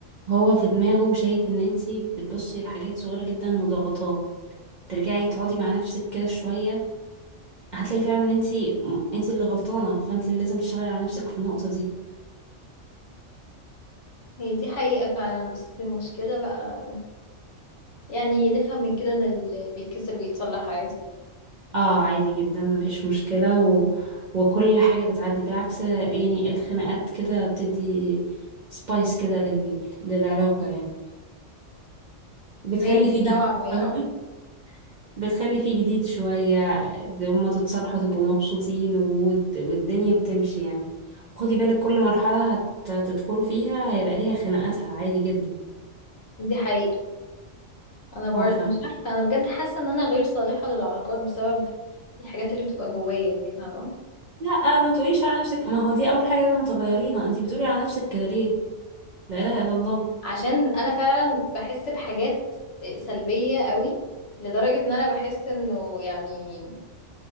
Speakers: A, on the right (about 55°); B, on the left (about 60°).
A: هو في دماغه شايف ان انت بتبصي لحاجات صغيره جدا وضغطاه ترجعي تقعدي مع نفسك كده شويه هتلاقي فعلا ان انت انت اللي غلطانه فانت اللي لازم تشتغلي على نفسك في النقطه دي
B: هي دي حقيقة فعلا بس المشكلة بقى يعني نفهم من كده ان اللي بيتكسر بيتصلح عادي
A: اه عادي جدا مفيش مشكلة و... وكل حاجة بتعدي بالعكس يعني الخناقات كده بتدي سبايس كده لل... للعلاقة يعني بتخلي
B: هي دي
A: فيه جديد
B: نوعا ما
A: فاهمة؟
B: اه
A: بتخلي فيه جديد شوية د- هما تتصالحوا تبقوا مبسوطين والد... والدنيا بتمشي يعني خدي بالك كل مرحلة هت... هتدخلوا فيها هيبقى ليها خناقاتها عادي جدا
B: دي حقيقة انا بر...
A: اه فعلا
B: مش عارفة انا بجد حاسة ان انا غير صالحة للعلاقات بسبب الحاجات اللي بتبقى جوايا دي فاهمة
A: لا ما تقوليش على نفسك ما هو دي أول حاجة لازم تغيريها انتي بتقولي على نفسك كده ليه لا إله إلا الله
B: عشان انا فعلا بحس بحاجات آه، سلبية قوي لدرجة ان انا بحس انه يعني